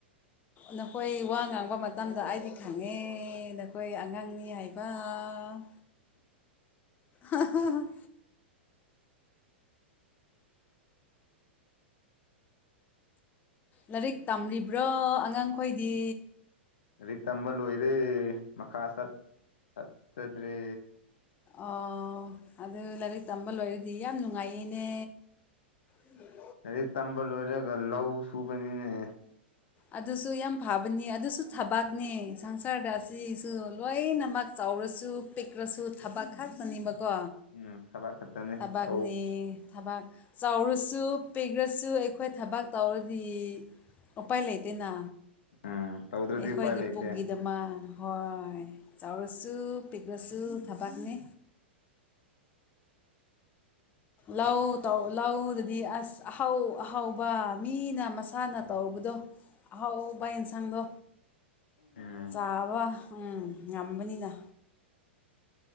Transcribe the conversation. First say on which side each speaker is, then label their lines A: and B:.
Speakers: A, on the left; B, on the left.
A: ꯅꯈꯣꯏ ꯋꯥ ꯉꯥꯡꯕ ꯃꯇꯝꯗ ꯑꯩꯗꯤ ꯈꯪꯉꯦ ꯅꯈꯣꯏ ꯑꯉꯥꯡꯅꯤ ꯍꯥꯏꯕ ꯑ ꯑ ꯂꯥꯏꯔꯤꯛ ꯇꯝꯔꯤꯕ꯭ꯔꯣ ꯑꯉꯥꯡꯈꯣꯏꯗꯤ
B: ꯂꯥꯏꯔꯤꯛ ꯇꯝꯕ ꯂꯣꯏꯔꯦ ꯃꯈꯥꯠ ꯆꯠꯇꯗ꯭ꯔꯦ
A: ꯑꯣ ꯑꯗꯨ ꯂꯥꯏꯔꯤꯛ ꯇꯝꯕ ꯂꯣꯏꯔꯗꯤ ꯌꯥꯝ ꯅꯨꯡꯉꯥꯏꯅꯦ ꯎꯝ
B: ꯂꯥꯏꯔꯤꯛ ꯇꯝꯕ ꯂꯣꯏꯔꯒ ꯂꯧ ꯁꯨꯕꯅꯤꯅꯦ
A: ꯑꯗꯨꯁꯨ ꯌꯥꯝ ꯐꯥꯕ ꯅꯤ ꯑꯗꯨꯁꯨ ꯊꯕꯥꯛꯅꯤ ꯁꯪꯁꯥꯔꯗ ꯑꯁꯤꯁꯨ ꯂꯣꯏꯅꯃꯛ ꯆꯥꯎꯔꯁꯨ ꯄꯤꯛꯂꯁꯨ ꯑꯗꯨ ꯊꯕꯛ ꯈꯥꯛꯛꯇꯅꯦꯕꯀꯣ
B: ꯎꯝ ꯊꯕꯛ ꯈꯛꯇꯅꯦ
A: ꯊꯕꯥꯛꯅꯤ
B: ꯇꯧ
A: ꯊꯕꯥꯛ ꯆꯥꯎꯔꯁꯨ ꯄꯤꯈ꯭ꯔꯁꯨ ꯑꯩꯈꯣꯏ ꯊꯕꯥꯛ ꯇꯧꯔꯗꯤ ꯎꯄꯥꯏ ꯂꯩꯇꯅ
B: ꯎꯝ ꯇꯧꯗ꯭ꯔꯗꯤ
A: ꯑꯩꯈꯣꯏꯒꯤ
B: ꯎꯄꯥꯏ ꯂꯩꯇꯦ
A: ꯄꯨꯛꯒꯤꯗꯃꯛ ꯍꯣꯏ ꯆꯥꯎꯔꯁꯨ ꯄꯤꯛꯔꯁꯨ ꯊꯕꯥꯛꯅꯦ ꯂꯧ ꯂꯧꯗꯗꯤ ꯑꯁ ꯑꯍꯥꯎ ꯑꯍꯥꯎꯕ ꯃꯤꯅ ꯃꯁꯥꯅ ꯇꯧꯕ ꯑꯗꯨꯗꯣ ꯑꯍꯥꯎꯕ
B: ꯎꯝ
A: ꯌꯦꯟꯁꯥꯡꯗꯣ
B: ꯎꯝ
A: ꯆꯥꯕ ꯎꯝ ꯉꯝꯕꯅꯤꯅ